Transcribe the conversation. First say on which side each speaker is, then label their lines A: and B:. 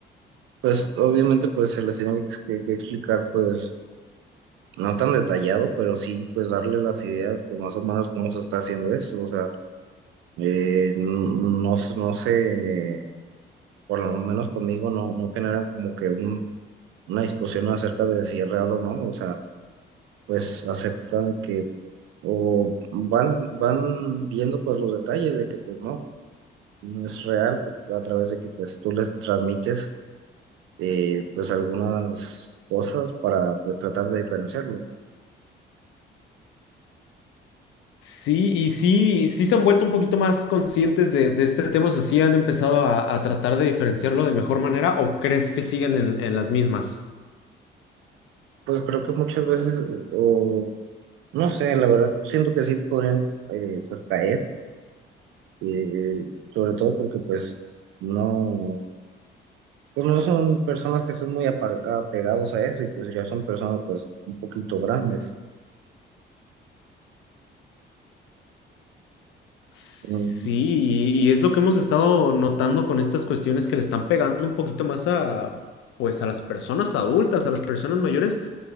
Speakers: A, on the right (about 80°); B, on the left (about 80°).
A: Pues obviamente pues se les tiene que, que- explicar pues no tan detallado, pero sí pues darle las ideas pues más o menos cómo se está haciendo esto, o sea, eh, n- no, se- no sé, por lo menos conmigo no, no generan como que un, una discusión acerca de si es real o no, o sea, pues aceptan que o van, van viendo pues los detalles de que pues no, no es real por- a través de que pues tú les transmites. eh, pues algunas cosas para pues tratar de diferenciarlo.
B: Sí, y sí, sí se han vuelto un poquito más conscientes de, de este tema, o sea, sí han empezado a, a tratar de diferenciarlo de mejor manera o crees que siguen en, en las mismas.
A: Pues creo que muchas veces, o no sé, la verdad, siento que sí podrían eh, pues caer, eh, sobre todo porque pues no, pues no son personas que estén muy apa- apegados a eso y pues ya son personas pues un poquito grandes.
B: Sí,
A: Mm,
B: y, y es lo que hemos estado notando con estas cuestiones que le están pegando un poquito más a, pues, a las personas adultas, a las personas mayores